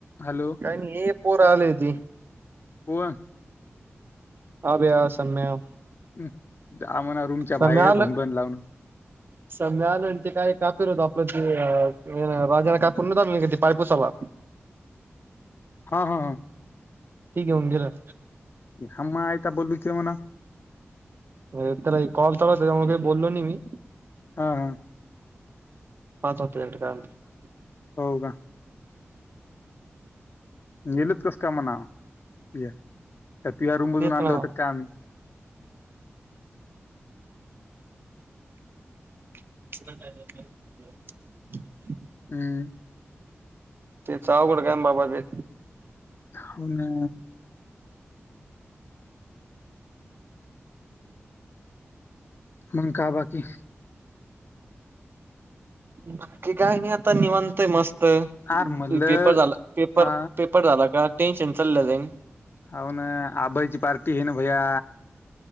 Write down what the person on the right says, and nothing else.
काही हे पोर आले ते
अभ्या सम्या
सम्या आलं
सम्या मिळालं ते काही कापीर होत आपलं त राजाना कापर न्हवत का आणलं ते पारपूसाला
ठीक ये घेऊन गेलं
त्याला कॉलच होता त्याच्यामुळे का बोललो नाही मी
पाच होत त्याच्याकडं काय माहित
तेच
ना
<inaudible>
तेच अवघड काय बाबा बे
बाकी काही नाही आता निवांतेय मस्त
पेपर झाला पेपर-पेपर
झाला का टेन्शन चाललं जाईन.